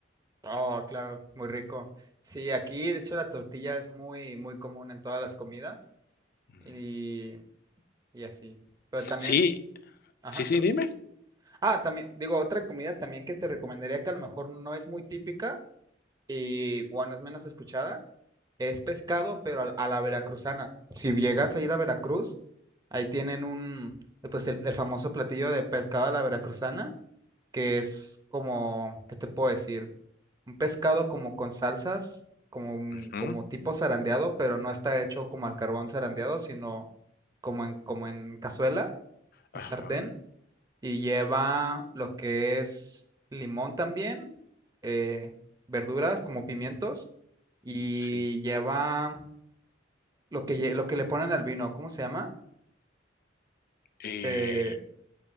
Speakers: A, on the right; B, on the left.
A: Oh, claro, muy rico. Sí, aquí de hecho la tortilla es muy, muy común en todas las comidas
B: Mm.
A: y, y así. Pero también,
B: Sí,
A: ajá,
B: Sí,
A: perdón.
B: sí, dime.
A: Ah, también, digo, otra comida también que te recomendaría que a lo mejor no es muy típica y bueno, es menos escuchada Es pescado, pero al- a, la veracruzana. Si llegas a ir a Veracruz, ahí tienen un, eh, pues el, el famoso platillo de pescado a la veracruzana, que es como, ¿qué te puedo decir? Un pescado como con salsas, como, un-
B: Ajá,
A: como tipo zarandeado, pero no está hecho como al carbón zarandeado, sino como en, como en cazuela,
B: ajá,
A: en sartén, y lleva lo que es limón también, eh, verduras como pimientos, y
B: sí.
A: lleva lo que, lle- lo que le ponen al vino, ¿cómo se llama?
B: Eh,
A: Eh,